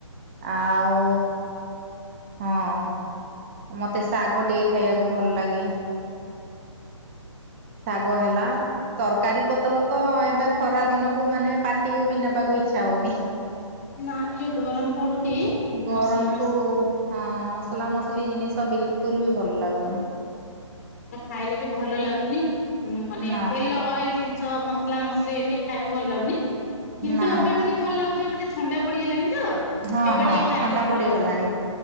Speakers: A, on the right; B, on the left.
A: ଆଉ ହଁ। ମତେ ଶାଗ ଟିକେ ଖାଇବାକୁ ଭଲ ଲାଗେ। ଶାଗ ହେଲା ତରକାରୀ ପତ୍ର ତ ଏବେ ଖରା ଦିନକୁ ମାନେ ପାଟିକୁ ବି ନେବାକୁ ଇଚ୍ଛା ହଉନି।
B: ନା ଏଇ ଯୋଉ ଗରମ ପଡୁଛି
A: ଗରମ୍
B: ମସଲା
A: କୁ ହଁ ମସଲା ମସଲି ଜିନିଷ ତ ବିଲ୍ କୁଲ୍ ବି ଭଲ ଲାଗୁନି।
B: ସେଟା ଖାଇଲେ ବି ଭଲ ଲାଗୁନି ମାନେ
A: ନା
B: ତେଲ ଅଏଲ୍ ଜିନିଷ ମସ ମସଲା ମସଲି ଟିକେ ଖାଇବାକୁ ଭଲ ଲାଗୁନି କିନ୍ତୁ
A: ନା
B: ଏବେ ଟିକେ ଭଲ ଲାଗୁଚି ଏବେ ଟିକେ ଥଣ୍ଡା ପଡିଗଲାଣି ତ।
A: ହଁ
B: ଏବେ
A: -ହଁ
B: ଟିକେ ଖାଇଲେ
A: ଥଣ୍ଡା
B: ଭଲ
A: ପଡିଗଲାଣି।
B: ଲାଗୁଛି